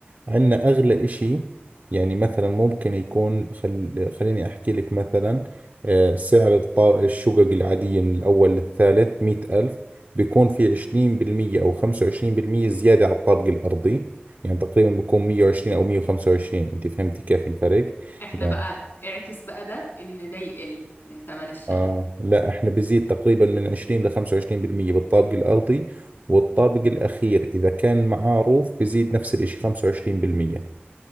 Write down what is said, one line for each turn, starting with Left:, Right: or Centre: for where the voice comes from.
Right: عندنا أغلى إشي يعني مثلا ممكن يكون خل... خليني أحكي لك مثلا آه سعر الط... الشقق العادية من الأول للثالث مئة ألف بيكون في عشرين بالمية أو خمسة وعشرين بالمية زيادة على الطابق الأرضي يعني تقريبا بيكون مية وعشرين أو مية وخمسة وعشرين أنت فهمتي كيف الفرق
Left: احنا
Right: يعني
Left: بقى اعكس بقى ده في ان ده يقل من تمن الشقة
Right: آه لا احنا بيزيد تقريبا من 20 ل 25% بالطابق الأرضي والطابق الأخير إذا كان معاه روف بيزيد نفس الإشي 25%